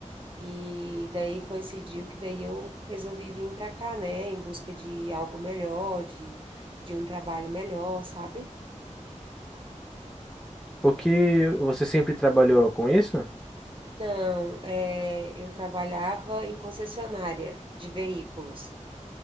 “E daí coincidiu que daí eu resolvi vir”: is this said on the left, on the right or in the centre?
Right